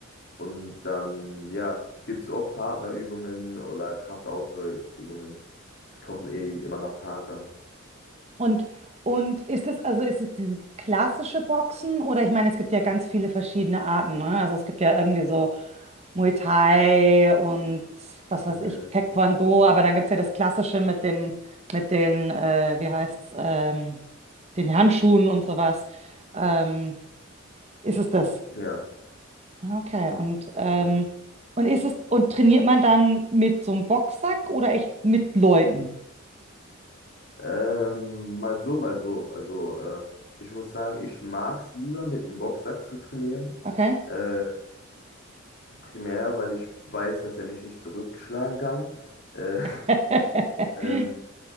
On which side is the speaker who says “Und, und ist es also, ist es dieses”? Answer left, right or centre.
Right